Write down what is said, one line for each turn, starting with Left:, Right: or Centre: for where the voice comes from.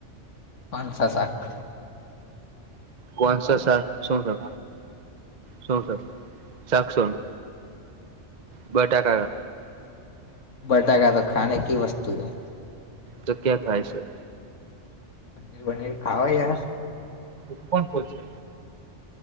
Left: પાંચ સા સાખ
Right: કોનસો સર શું સર. શું છે, સાસોું બટાકા.
Left: બટાકાા તો ખાને કી વસ્તુ હ
Right: તો ક્યાં થાય સર
Left: પનીર વનીર ખાઓ યાર.
Right: કો કોણ કો છે.